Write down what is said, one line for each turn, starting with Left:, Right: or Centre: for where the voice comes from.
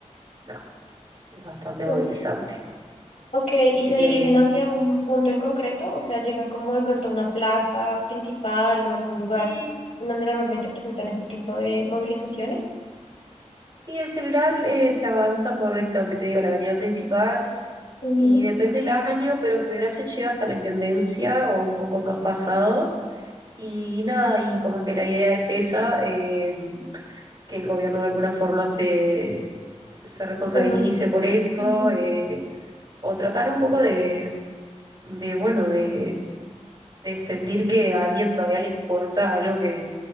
Right: nada, es bastante
Left: Ok,
Right: movilizante.
Left: Ok, ¿y
Right: Si
Left: se dirigen
Right: querés.
Left: hacia un punto en concreto? O sea, llegan como de pronto a una plaza principal o algún lugar
Right: Sí,
Left: en donde normalmente presentan este tipo de movilizaciones.
Right: sí, en general eh, se avanza por esto que te digo, la avenida principal.
Left: Ujú,
Right: y depende el año, pero en general se llega hasta la intendencia o un poco más pasado. Y nada, y como que la idea es esa, eh, que el gobierno de alguna forma se, se responsabilice
Left: Pero no sé.
Right: por eso,
Left: Ujú.
Right: eh, o tratar un poco de, de bueno, de, de sentir que a alguien todavía le importa algo que,